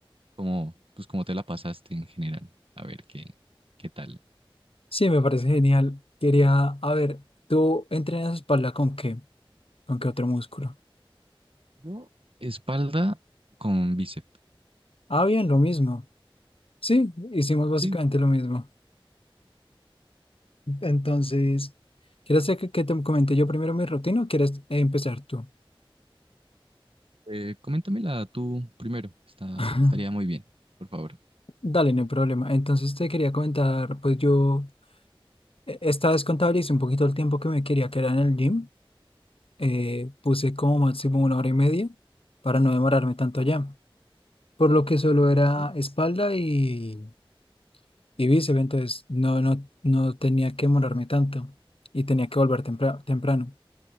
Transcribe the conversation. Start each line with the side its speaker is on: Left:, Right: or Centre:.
Right: como, pues cómo te la pasaste en general. A ver qué, qué tal.
Left: Sí, me parece genial. Quería, a ver, ¿tú entrenas espalda con qué? ¿Con qué otro músculo?
Right: Yo, Espalda con bíceps.
Left: Ah, bien, lo mismo. Sí, hicimos básicamente
Right: Sí,
Left: lo mismo. Entonces, ¿quieres que, que te comente yo primero mi rutina o quieres empezar tú?
Right: eh, coméntamela tú primero. Está,
Left: <laughs>
Right: estaría muy bien, por favor.
Left: Dale, no hay problema. Entonces te quería comentar, pues yo eh, esta vez contabilicé un poquito el tiempo que me quería quedar en el gym. Eh, puse como máximo una hora y media para no demorarme tanto allá. Por lo que solo era
Right: sí,
Left: espalda y, y bíceps, entonces no, no, no tenía que demorarme tanto y tenía que volver tempra- temprano.